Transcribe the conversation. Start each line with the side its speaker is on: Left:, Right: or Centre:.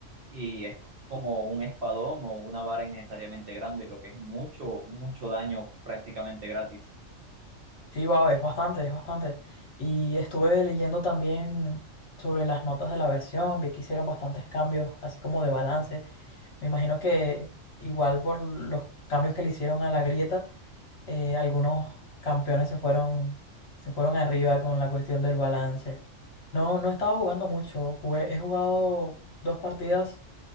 Right: y es como un espadón o una vara innecesariamente grande, lo que es mucho, mucho daño prácticamente gratis.
Left: Sí, wow, es bastante, es bastante. Y estuve leyendo también sobre las notas de la versión, vi que hicieron bastantes cambios, así como de balance. Me imagino que igual por los cambios que le hicieron a la grieta eh, algunos campeones se fueron, se fueron arriba con la cuestión del balance. No, no he estado jugando mucho. Jugué, he jugado dos partidas,